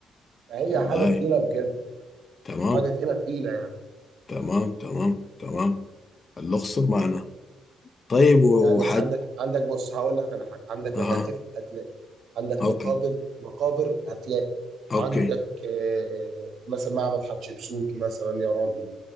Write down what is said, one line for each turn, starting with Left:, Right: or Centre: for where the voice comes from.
Right: فهي
Left: والله
Right: حاجه تقيله بجد
Left: تمام
Right: حاجه تقيله تقيله يعني
Left: تمام تمام تمام الأقصر معنا طيب وحج
Right: يعني عندك عندك بص هقول لك على حاجه عندك
Left: أها
Right: متاحف هتلاقي عندك
Left: أوكي
Right: مقابر مقابر هتلاقي
Left: أوكي
Right: عندك آه، آه، مثلا معبد حتشبسوت مثلا يا راجل